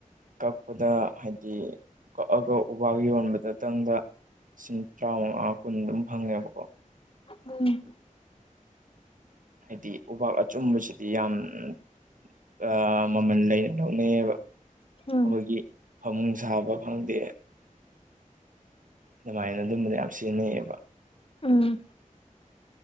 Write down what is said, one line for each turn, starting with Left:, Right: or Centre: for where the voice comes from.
Right: ꯀꯛꯄꯗ ꯍꯥꯏꯗꯤ ꯀꯛꯑꯒ ꯎꯕꯥꯛ ꯌꯣꯟꯕꯗꯇꯪꯗ ꯂꯤꯁꯤꯡ ꯇꯔꯥꯃꯉꯥ ꯀꯨꯟ ꯑꯗꯨꯝ ꯐꯪꯉꯦꯕꯀꯣ
Left: ꯎꯝ
Right: ꯍꯥꯏꯗꯤ ꯎꯕꯥꯛ ꯑꯆꯨꯝꯕꯁꯤꯗꯤ ꯌꯥꯝ ꯎꯝ ꯑ ꯃꯃꯜ ꯂꯩꯅ ꯂꯧꯅꯩꯌꯦꯕ ꯑꯩꯈꯣꯏꯒꯤ
Left: ꯎꯝ
Right: ꯐꯃꯨꯡ ꯁꯥꯕ ꯐꯪꯗꯦ ꯑꯗꯨꯃꯥꯏꯅ ꯑꯗꯨꯝꯕꯗ ꯌꯥꯝ ꯁꯤꯖꯤꯟꯅꯩꯌꯦꯕ
Left: ꯎꯝ